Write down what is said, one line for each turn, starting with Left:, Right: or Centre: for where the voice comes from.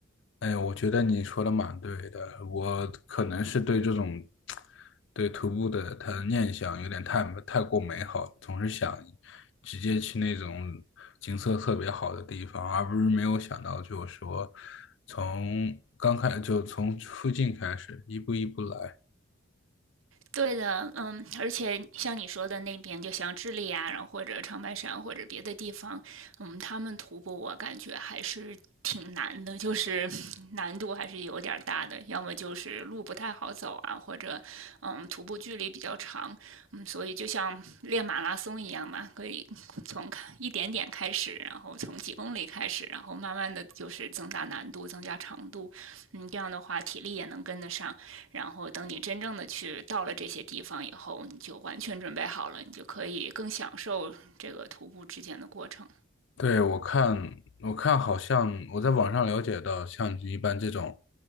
Left: 哎，我觉得你说的蛮对的，我可能是对这种对徒步的他的念想有点太太过美好了总是想直接去那种景色特别好的地方，而不是没有想到就是说从刚开就从附近开始，一步一步来。
Right: 对的，嗯，而且像你说的那边，就像智利啊，然后或者长白山或者别的地方，嗯，他们徒步我感觉还是挺难的，就是 <laughs> 难度还是有点儿大的，要么就是路不太好走啊，或者嗯，徒步距离比较长，嗯，所以就像练马拉松一样嘛，可以从一点点开始，然后从几公里开始，然后慢慢的就是增大难度，增加长度，嗯，这样的话体力也能跟得上。然后等你真正的去到了这些地方以后，你就完全准备好了，你就可以更享受这个徒步之间的过程。
Left: 对，我看，我看，好像我在网上了解到，像一般这种，